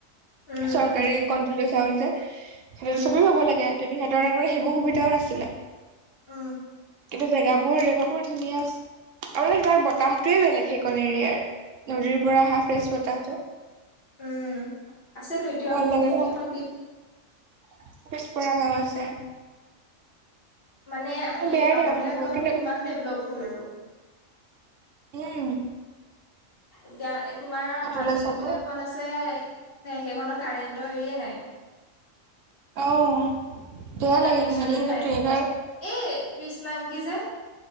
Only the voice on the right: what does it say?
চৰকাৰী
কণ্ট্ৰলৰ চাউল যে, সেইটো
চবেই পাব লাগে। সিঁহতৰ আৰু সেইবোৰ সুবিধাও নাছিলে।
এনে জেগাবোৰ-জেগাবোৰ ধুনীয়া আছ আপোনাৰ তাৰ বতাহটোৱে বেলেগ সেইকণ এৰিয়াৰ, নদীৰ পৰা আহা ফ্ৰেছ বতাহটো
ভাল
লাগে ন
<unintelligible> গাঁও আছে।
বেয়া দে
মানুহবোৰ
কিন্তু
উম।
ততলৈ
চালে
অ', বেয়া
লাগে সোণালী সেইটোৱে
তাৰ